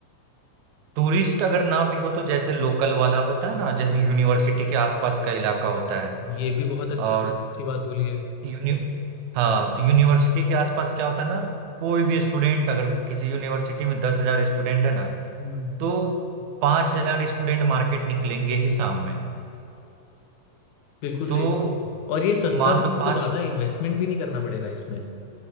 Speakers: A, on the right (about 75°); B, on the left (about 75°).
A: टूरिस्ट अगर ना भी हो तो जैसे लोकल वाला होता है ना जैसे यूनिवर्सिटी के आसपास का इलाका होता है
B: ये भी बहुत अच्छा
A: और
B: अच्छी बात बोली है
A: यूनि हाँ तो यूनिवर्सिटी के आसपास क्या होता है ना कोई भी स्टूडेंट अगर किसी यूनिवर्सिटी में दस हजार स्टूडेंट है ना
B: हम्म
A: तो पांच हजार स्टूडेंट मार्केट निकलेंगे ही शाम में
B: बिल्कुल
A: तो
B: सही बात है और ये सस्ता
A: मान
B: भी
A: लो
B: हमको
A: पांच
B: ज़्यादा इन्वेस्टमेंट भी नहीं करना पड़ेगा इसमें